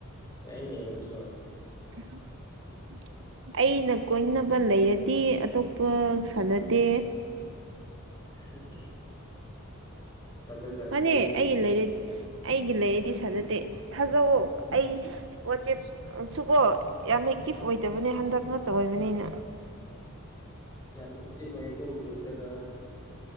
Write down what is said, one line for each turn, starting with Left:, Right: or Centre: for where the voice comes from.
Left: ꯌꯥꯏꯌꯦꯅꯦ ꯅꯪꯁꯨ
Right: <unintelligible> ꯑꯩꯅ ꯀꯣꯏꯅꯕ ꯂꯩꯔꯗꯤ ꯑꯇꯣꯞꯄ ꯁꯥꯟꯅꯗꯦ
Left: ꯁꯤ ꯏꯁ ꯊꯥꯖꯥꯗꯕꯗꯣ
Right: ꯃꯥꯅꯦ <unintelligible> ꯑꯩꯒꯤ ꯂꯩꯔꯗꯤ ꯁꯅꯥꯗꯦ ꯊꯥꯖꯧꯋꯣ ꯑꯩ ꯋꯥꯆꯦꯞ ꯁꯨꯀꯣ ꯌꯥꯝ ꯑꯦꯛꯇꯤꯚ ꯑꯣꯏꯗꯕꯅꯦ ꯍꯟꯗꯛ ꯉꯥꯇ ꯑꯣꯏꯕꯅꯤꯅ
Left: ꯌꯥꯝ ꯑꯦꯛꯇꯤꯞ ꯑꯣꯏꯌꯦꯀꯣ ꯒ꯭ꯔꯨꯞꯇꯒ